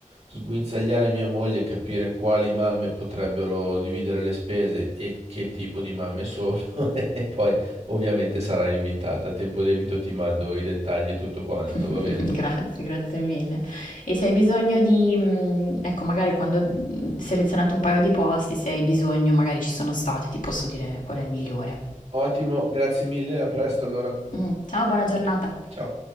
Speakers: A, on the right; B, on the left.
A: sguinzagliare mia moglie e capire quali mamme potrebbero dividere le spese e che tipo di mamme sono. <laughs> E poi ovviamente sarai invitata. A tempo debito ti mando i dettagli e tutto quanto,
B: <laughs>
A: va bene?
B: Grazie, grazie mille. E se hai bisogno di, mhmm, ecco magari quando, mhmm, selezionate un paio di posti, se hai bisogno magari ci sono state, ti posso dire qual è il migliore.
A: Ottimo, grazie mille, a presto allora.
B: Mh, ciao, buona giornata.
A: Ciao.